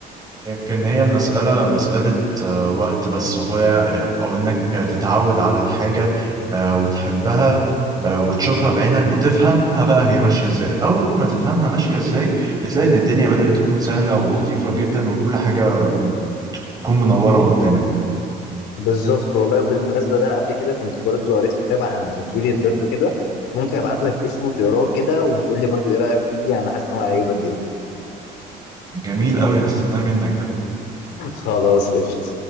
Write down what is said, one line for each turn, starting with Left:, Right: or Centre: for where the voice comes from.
Right: يمكن هي المسألة مسألة آه، وقت بس وهي أو إنك تتعود على الحاجة آه، وتحبها آه، وتشوفها بعينك وتفهمها بقى هي ماشية إزاي أول ما تفهمها ماشية إزاي بتلاقي إن الدنيا بدأت تكون سهلة ولطيفة جدا وكل حاجة تكون منورة قدامك
Left: بالظبط والله وبالمناسبه ده انا قبل كده كنت برضو قريت كتاب عن تطوير الذات وكده ممكن ابعت لك اسمه تقراه كده وتقول لي برضو ايه رايك فيه انا حاسس ان هو هيعجبك جدا
Right: جميل أوي هستناه منك ده
Left: <laughs> خلاص قشطه